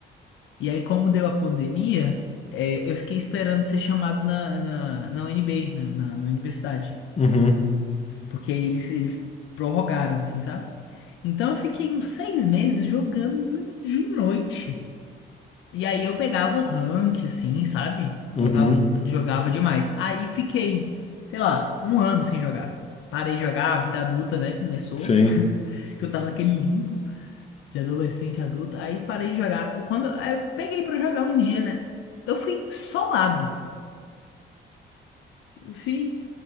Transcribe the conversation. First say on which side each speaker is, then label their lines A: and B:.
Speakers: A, on the left (about 75°); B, on the left (about 30°).
A: e aí como deu a pandemia, é, eu fiquei esperando ser chamado na na, na UNB, na, na na universidade.
B: Uhum,
A: Porque eles, eles prorrogaram, assim, sabe? Então eu fiquei uns seis meses jogando de noite. E aí eu pegava rank, assim, sabe?
B: uhum,
A: Jogava, jogava demais. Aí fiquei, sei lá, um ano sem jogar. Parei de jogar, a vida adulta, né? Começou.
B: sim.
A: <laughs> Que eu tava naquele limbo de adolescente adulta. Aí parei de jogar. Eu- Quando aí eu peguei pra jogar um dia, né? Eu fui solado. Eu fui,